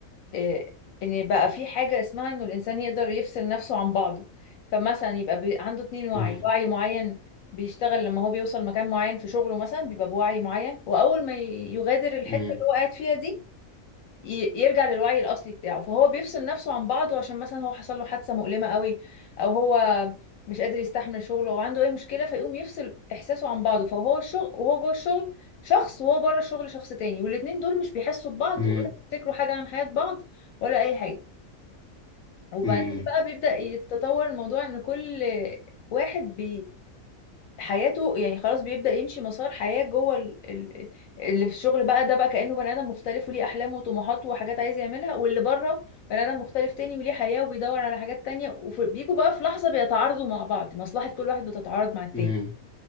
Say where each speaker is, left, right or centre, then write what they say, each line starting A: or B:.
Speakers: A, on the left; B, in the centre.
A: آه ان بقى في حاجة اسمها انه الانسان يقدر يفصل نفسه عن بعضه فمثلا يبقى بي... عنده اتنين وعي
B: مم،
A: وعي معين بيشتغل لما هو بيوصل مكان معين في شغله مثلا بيبقى بوعي معين واول ما ي- يغادر الحتة
B: مم،
A: اللي هو قاعد فيها دي ي- يرجع للوعي الاصلي بتاعه فهو بيفصل نفسه عن بعضه عشان مثلا هو حصل له حادثه مؤلمه قوي او هو مش قادر يستحمل شغله او عنده اي مشكله فيقوم يفصل احساسه عن بعضه فهو الشغل وهو جوه الشغل شخص وهو بره الشغل شخص تاني والاتنين دول مش بيحسوا ببعض
B: مم،
A: ولا بيفتكروا حاجه عن حياه بعض ولا اي حاجه وبعدين
B: مم،
A: بقى بيبدا يتطور الموضوع ان كل واحد حياته يعني خلاص بيبدأ يمشي مسار حياة جوه ال- ال- اللي في الشغل بقى ده بقى كأنه بني آدم مختلف وليه أحلام وطموحات وحاجات عايز يعملها واللي بره بني آدم مختلف تاني وليه حياة وبيدور على حاجات تانية وبيجوا بقى في لحظة بيتعارضوا مع بعض مصلحة كل واحد بتتعارض مع التاني
B: مم.